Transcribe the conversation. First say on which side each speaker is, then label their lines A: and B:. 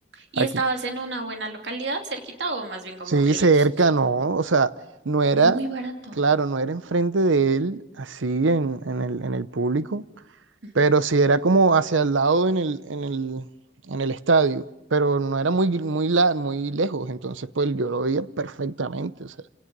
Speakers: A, on the right; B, on the right.
A: ¿Y
B: aquí.
A: estabas en una buena localidad, cerquita o más bien como
B: Sí,
A: lejitos?
B: cerca, ¿no? O sea, no era,
A: Muy barato.
B: claro, no era enfrente de él, así en, en el, en el público,
A: Ujú.
B: pero sí era como hacia el lado en el, en el, en el estadio. Pero no era muy, muy, la- muy lejos. Entonces, pues yo lo veía perfectamente. O sea.